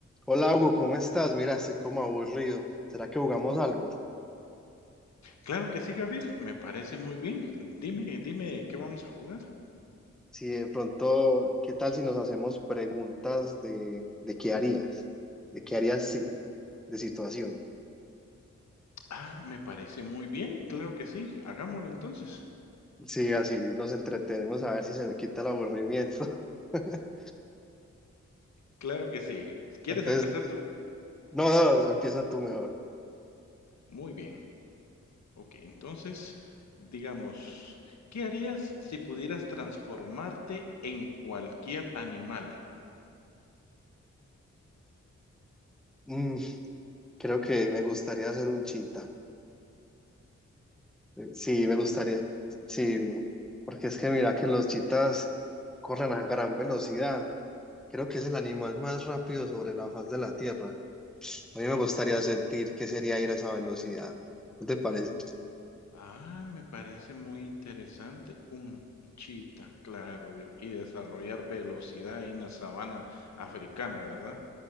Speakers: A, in the centre; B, on the left (about 70°).
A: Hola Hugo, ¿cómo estás? Mira, estoy como aburrido. ¿Será que jugamos algo?
B: Claro que sí, Javier, me parece muy bien. Dime, dime, ¿qué vamos a jugar?
A: Si de pronto, ¿qué tal si nos hacemos preguntas de, de qué harías? ¿De qué harías sí? De situación.
B: Ah, me parece muy bien, claro que sí, hagámoslo entonces.
A: Sí, así nos entretenemos a ver si se me quita el aburrimiento. <laughs>
B: Claro que sí. ¿Quieres
A: Entonces,
B: empezar tú?
A: no, no, empieza tú mejor.
B: Muy bien. Ok, entonces, digamos, ¿qué harías si pudieras transformarte en cualquier animal?
A: Mm, creo que me gustaría ser un chita. Sí,
B: Un,
A: me gustaría. Sí, porque es que mira que los chitas corren a gran velocidad Creo que es el animal más rápido sobre la faz de la Tierra. A mí me gustaría sentir qué sería ir a esa velocidad. ¿No te parece?
B: ah, me parece muy interesante, un chita, claro, de- y desarrollar velocidad en la sabana africana, ¿verdad?